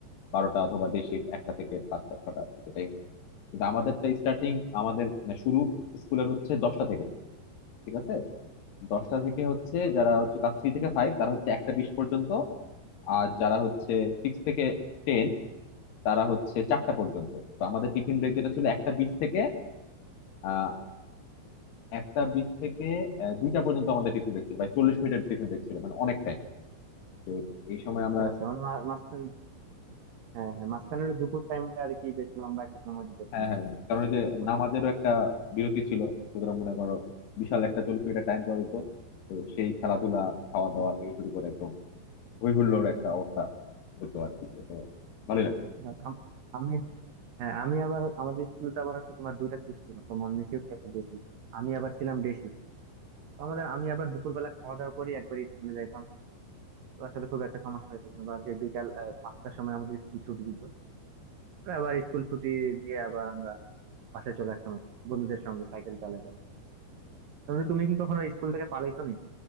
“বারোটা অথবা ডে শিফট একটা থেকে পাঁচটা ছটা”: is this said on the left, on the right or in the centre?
Left